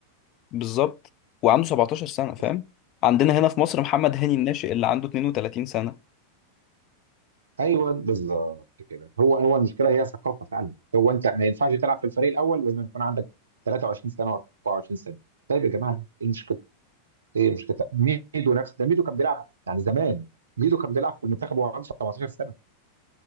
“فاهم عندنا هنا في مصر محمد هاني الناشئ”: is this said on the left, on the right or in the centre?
Left